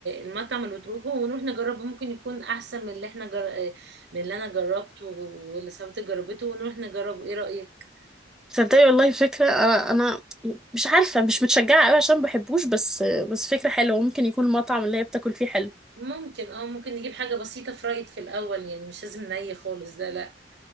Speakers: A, on the right; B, in the centre.
A: المطعم اللي بتروحه ونروح نجربه ممكن يكون احسن من اللي احنا جر... من اللي انا جربته واللي صاحبتي جربته ونروح نجربه ايه رأيك
B: تصدقي والله فكره انا انا مش عارفه مش متشجعه قوي عشان بحبوش بس بس فكره حلوه ممكن يكون المطعم اللي هي بتاكل فيه حلو
A: ممكن اه ممكن نجيب حاجة بسيطة فرايد في الأول يعني مش لازم ني خالص ده لا